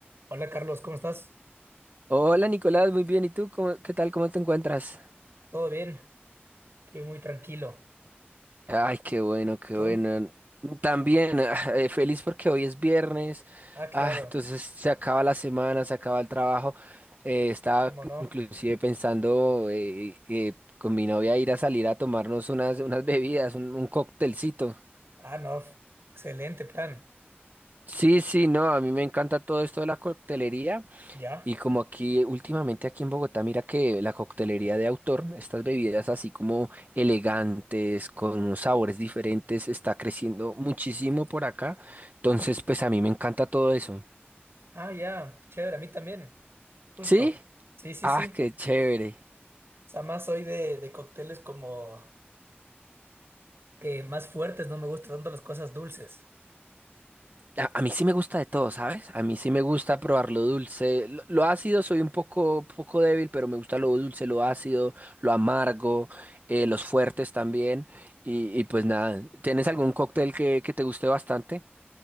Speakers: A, on the right; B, on the right.
A: Hola Carlos, ¿cómo estás?
B: Hola Nicolás, muy bien. ¿Y tú? ¿Cómo- qué tal? ¿Cómo te encuentras?
A: ¿Todo bien? Estoy muy tranquilo.
B: Ay, qué bueno, qué
A: ¿Tú?
B: bueno. También ah, eh, feliz porque hoy es viernes.
A: Ah, claro,
B: Ah, entonces se acaba la semana, se acaba el trabajo. Eh, estaba
A: ¿cómo no?
B: inclusive pensando eh, eh, con mi novia ir a salir a tomarnos unas, unas bebidas, un, un cóctelcito.
A: Ah, no, f- excelente plan.
B: Sí, sí, no, a mí me encanta todo esto de la coctelería.
A: ¿Ya?
B: Y como aquí últimamente aquí en Bogotá, mira que la coctelería de autor, estas bebidas así como elegantes, con unos sabores diferentes, está creciendo muchísimo por acá. Entonces, pues a mí me encanta todo eso.
A: Ah, ya, chévere, a mí también. Justo.
B: ¿Sí?
A: Sí, sí,
B: Ah,
A: sí.
B: qué chévere.
A: O sea, más soy de, de cócteles como eh, más fuertes, no me gustan tanto las cosas dulces.
B: A, a mí sí me gusta de todo, ¿sabes? A mí sí me gusta probar lo dulce. Lo, lo ácido soy un poco, poco débil, pero me gusta lo dulce, lo ácido, lo amargo, eh, los fuertes también. Y, y pues nada, ¿tienes algún cóctel que, que te guste bastante?